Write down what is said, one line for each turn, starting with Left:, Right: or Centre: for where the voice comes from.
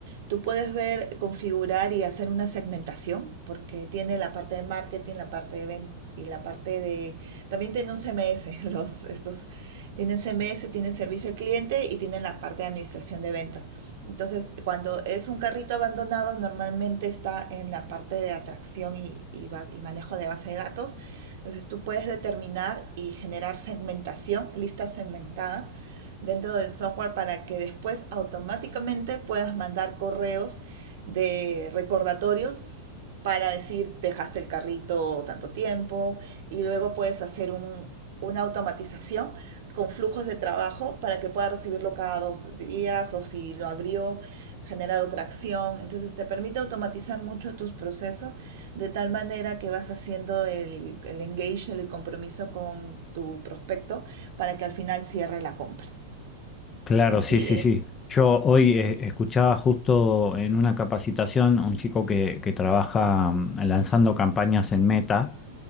Right: Tú puedes ver, configurar y hacer una segmentación, porque tiene la parte de marketing, la parte de venta y la parte de... También tiene un CMS, <laughs> los, estos tienen CMS, tienen servicio al cliente y tienen la parte de administración de ventas. Entonces, cuando es un carrito abandonado, normalmente está en la parte de atracción y, y y manejo de base de datos. Entonces, tú puedes determinar y generar segmentación, listas segmentadas dentro del software para que después automáticamente puedas mandar correos de recordatorios para decir dejaste el carrito tanto tiempo y luego puedes hacer un, una automatización con flujos de trabajo para que pueda recibirlo cada dos días o si lo abrió, generar otra acción. Entonces te permite automatizar mucho tus procesos de tal manera que vas haciendo el, el engage, el compromiso con tu prospecto para que al final cierre la compra.
Left: Claro,
Right: Eh, sí,
Left: sí, sí,
Right: es,
Left: sí. Yo hoy eh, escuchaba justo en una capacitación a un chico que, que trabaja mm, lanzando campañas en Meta